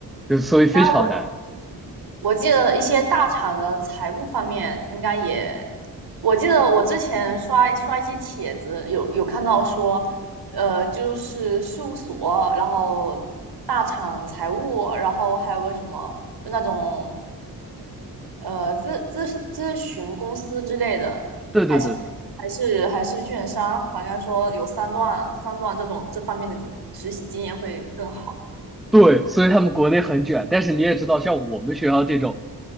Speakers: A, in the centre; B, on the right.
A: 就是所以非常难。
B: 那我我记得一些大厂的财务方面应该也，我记得我之前刷刷一些帖子，有有看到说，呃，就是事务所，然后大厂财务，然后还有个什么，就那种呃咨咨咨询公司之类的，
A: 对对对对
B: 还是还是还是券商，好像说有三段三段这种这方面的实习经验会更好。
A: 对，所以他们国内很卷，但是你也知道，像我们学校这种，